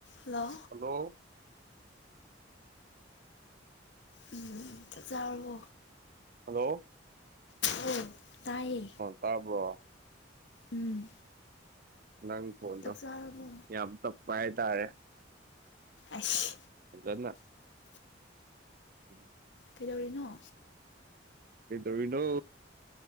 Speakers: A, on the left; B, on the right.
A: Hello
B: hello
A: ꯎꯝ ꯆꯥꯛ ꯆꯔꯕꯣ
B: ꯍꯜꯂꯣ
A: ꯑꯣ ꯇꯌꯦ
B: ꯇꯥꯔꯕꯣ
A: ꯎꯝ
B: ꯅꯪ ꯐꯣꯟꯗꯣ
A: ꯆꯥꯛ ꯆꯥꯔꯕꯣ
B: ꯌꯥꯝ ꯇꯞꯄ ꯍꯥꯏꯇꯥꯔꯦ
A: ꯑꯁ
B: ꯑꯗꯨꯅ ꯎꯔꯤ <unintelligible>
A: ꯀꯩꯗꯧꯔꯤꯅꯣ
B: ꯀꯩꯗꯧꯔꯤꯅꯣ